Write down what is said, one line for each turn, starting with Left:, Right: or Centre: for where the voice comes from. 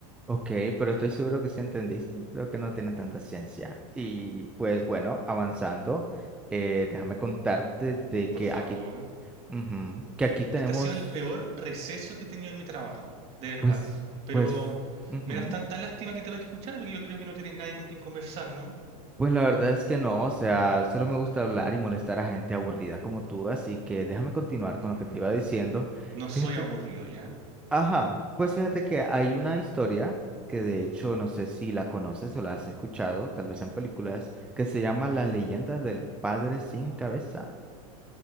Centre: Ok, pero estoy seguro que sí entendiste. Creo que no tiene tanta ciencia. Y pues bueno, avanzando, eh, déjame contarte de que
Right: Por favor.
Centre: aquí, ujú, que aquí tenemos,
Right: Este ha sido el peor receso que he tenido en mi trabajo, de verdad.
Centre: pues,
Right: Pero
Centre: pues, ujú,
Right: me das tanta lástima que te voy a escuchar porque yo creo que no tienes nadie con quien conversar, ¿no?
Centre: pues la verdad es que no, o sea, solo me gusta hablar y molestar a gente aburrida como tú, así que déjame continuar
Right: Mm,
Centre: con lo que te iba diciendo.
Right: no
Centre: Fíjate
Right: soy aburrido, ya.
Centre: Ajá, pues fíjate que hay una historia que de hecho no sé si la conoces o la has escuchado, tal vez en películas, que se llama Las leyendas del padre sin cabeza.